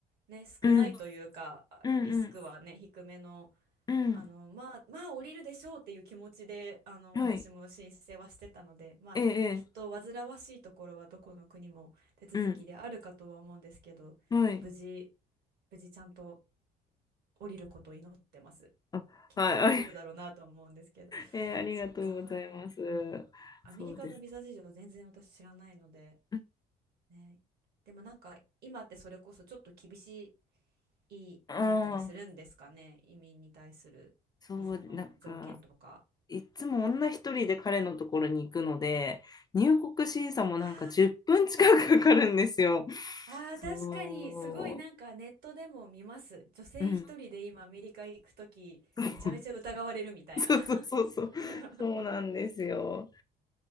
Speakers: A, on the right; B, on the left.
A: ね、少ないというか、
B: うん、うん、
A: リスクはね、
B: うん、
A: 低めの
B: うん。
A: あの、まあ、まあ降りるでしょうっていう気持ちで、あの、
B: はい。
A: 私も申請はしてたので、まあ、
B: ええ、
A: きっと煩わしいところはどこの国も手続きであるかとは思うんですけど、
B: ええ、うん。はい。
A: 無事、無事ちゃんと降りることを祈ってます。
B: あ、
A: きっと大丈夫だろうなとは思うんですけど。
B: はい。<laughs> あり、ええ、ありがとうございます。
A: そっか。アメリカのビザ事情全然私知らないので、
B: そうです。うん
A: ね。でもなんか、今ってそれこそちょっと厳しいかったりするんですかね。
B: ああ、
A: 移民に対するビザの条件とか。
B: そう、なんか、いつも女一人で彼のところに行くので、入国審査もなんか10分近くかかるんですよ。
A: あーあー、
B: そ
A: 確かに、すごいなんかネットでも見ます。女性一人で今アメリカ行くとき、
B: う。うん。<laughs>
A: めちゃめちゃ疑われるみたいな。
B: そうそうそうそう。
A: <laughs>
B: そうなんですよ。